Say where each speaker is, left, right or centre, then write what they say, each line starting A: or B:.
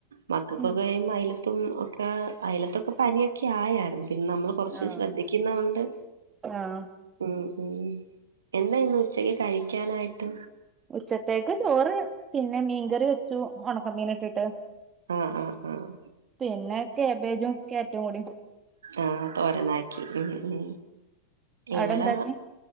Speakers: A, on the right; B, on the right.
A: മക്കൾക്കൊക്കെ
B: ഉം
A: ഈ മയില തും ഒക്കെ അയലത്തൊക്കെ പനിയൊക്കെ ആയാരുന്നു പിന്നെ നമ്മൾ കൊറച്ച്
B: ആഹ്
A: ശ്രദ്ധിക്കുന്നകൊണ്ട്
B: ആഹ്
A: ഉം ഉം എന്താ ഇന്ന് ഉച്ചക്ക് കഴിക്കാനായിട്ട്
B: ഉച്ചത്തേക്ക് ചോറ് പിന്നെ മീൻകറി വെക് <unintelligible> ഉണക്ക മീൻഒക്കെ ഇട്ട്
A: ആഹ് ആഹ് ആഹ്
B: പിന്നെ കാബേജും ക്യാരറ്റും കൂടിയും
A: ആഹ് തോരനാക്കി ഉം ഉം
B: അവിടെ
A: ഇവിട
B: എന്താക്കി